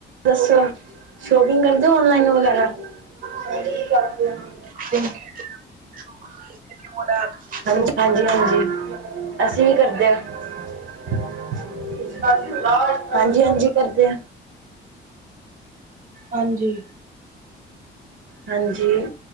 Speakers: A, on the right; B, on the right.
A: ਦੱਸੋ, ਸ਼ੋਪਿੰਗ ਕਰਦੇ ਔ ਔਨਲਾਈਨ ਵਗੈਰਾ? <unintelligible>
B: <inaudible>
A: ਹਾਂਜੀ, ਹਾਂਜੀ ਅਸੀਂ ਵੀ ਕਰਦੇ ਆ। <unintelligible>
B: ਹਾਂਜੀ।
A: ਹਾਂਜੀ, ਹਾਂਜੀ ਕਰਦੇ ਆ।
B: ਹਾਂਜੀ।
A: ਹਾਂਜੀ।